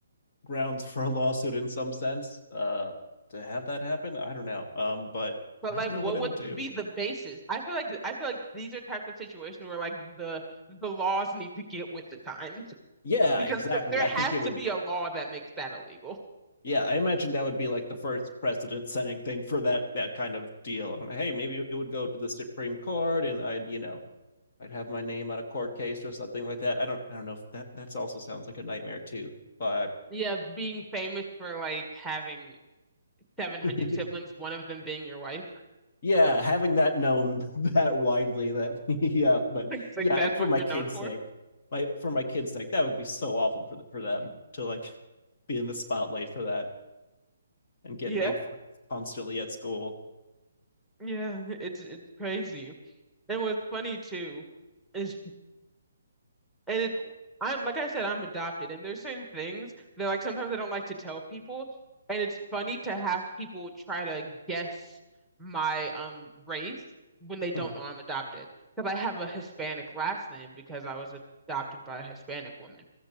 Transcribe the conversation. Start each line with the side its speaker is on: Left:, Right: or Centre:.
Left: grounds for a lawsuit in some sense. Uh, to have that happen, I don't know. Um, but
Centre: But
Left: I
Centre: like,
Left: don't
Centre: what
Left: know what I
Centre: would
Left: would do.
Centre: be the basis? I feel like I feel like these are types of situations where like the the laws need to get with the times
Left: Yeah,
Centre: because
Left: exactly.
Centre: th- there
Left: I
Centre: has
Left: think it would.
Centre: to be a law that makes that illegal.
Left: Yeah, I imagine that would be like the first precedent setting thing for that that kind of deal. And hey, maybe it would go to the Supreme Court, and I'd you know I'd have my name on a court case or something like that. I don't I don't know if that that's also sounds like a nightmare too. But
Centre: Yeah, being famous for like having 700
Left: <laughs>
Centre: siblings, one of them being your wife.
Left: yeah, having that known <laughs> that widely that <laughs> yeah, but
Centre: <laughs> It's like
Left: yeah,
Centre: that's
Left: and for
Centre: what
Left: my
Centre: you're
Left: kids'
Centre: known for.
Left: sake, my for my kids' sake, that would be so awful for the, for them
Centre: Mm.
Left: to like be in the spotlight for that and get
Centre: Yeah.
Left: made fun of constantly at school.
Centre: Yeah, <laughs> it's it's crazy. And what's funny too is and it I'm like I said, I'm adopted and there's certain things that like sometimes I don't like to tell people and it's funny to have people try to guess my um race when they don't
Left: Mhm,
Centre: know I'm adopted. Because I have a Hispanic last name because I was adopted by a Hispanic woman.